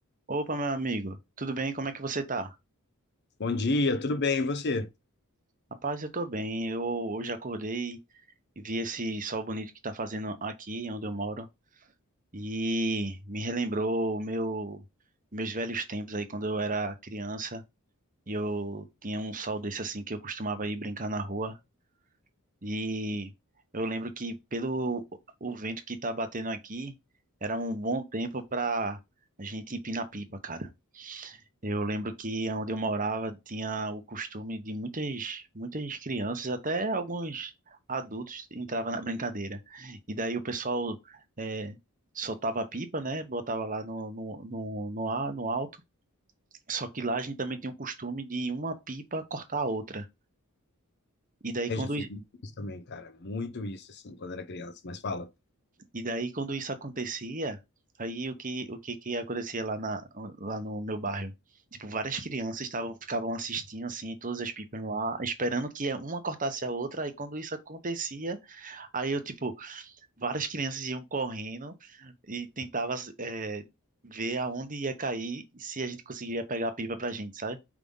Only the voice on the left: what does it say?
Bom dia, tudo bem? E você?
Ai,
já fiz muito isso também, cara. Muito isso, assim, quando era criança. Mas fala,